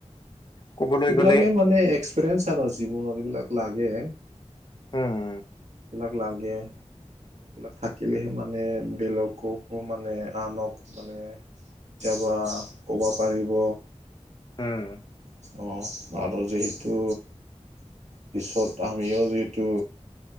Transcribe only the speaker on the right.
এইবিলাকে
মানে এক্সপেৰিয়েন্ঞ্চ আৰু জীৱনত এইবিলাক লাগে।
এইবিলাক লাগে। এইবিলাক থাকিলেহে মানে, বেলেগকো মানে আনক মানে কেতিয়াবা ক'ব পাৰিব।
অ, আৰু যিহেতু পিছত, আমিও যিহেতু